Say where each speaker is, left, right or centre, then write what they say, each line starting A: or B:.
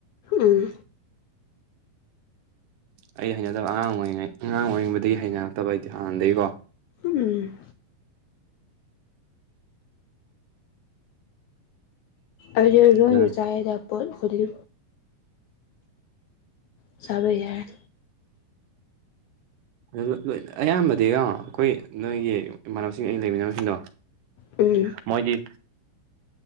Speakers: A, on the left; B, on the right.
A: ꯎꯝ
B: ꯑꯩꯗꯤ ꯍꯩꯅꯗꯕ ꯑꯉꯥꯡ ꯑꯣꯏꯔꯤꯉꯩ ꯑꯉꯥꯡ ꯑꯣꯏꯔꯤꯩꯗꯒꯤ ꯍꯩꯅꯔꯛꯇꯕ ꯑꯩꯗꯤ ꯍꯥꯟꯅꯗꯒꯤꯀꯣ
A: ꯎꯝ ꯑꯗꯤ ꯔꯣꯑꯅ
B: ꯑꯗꯨꯅ
A: ꯆꯥꯗ ꯄꯣꯠ ꯐꯂꯤ ꯆ ꯌꯥꯏ
B: ꯑꯗꯨꯣꯏ ꯑꯌꯥꯝꯕꯗꯤꯀꯣ ꯑꯩꯈꯣꯏ ꯅꯣꯏꯒꯤ ꯏꯃꯥꯟꯅꯕꯁꯤꯡ ꯑꯩ ꯂꯩꯃꯤꯟꯅꯕꯁꯤꯡꯗꯣ
A: ꯎꯝ
B: ꯃꯣꯏꯗꯤ